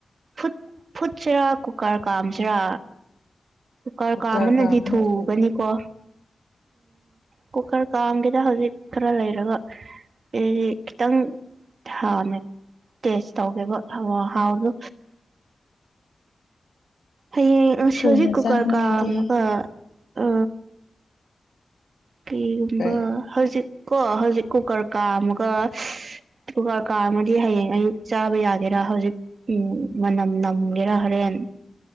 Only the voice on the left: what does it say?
ꯀꯨꯀꯔ
ꯀꯥꯝꯅ
ꯊꯨꯗ꯭ꯔꯣ
ꯊꯨꯅ
ꯆꯥꯅꯤꯡꯉꯗꯤ
ꯀꯩ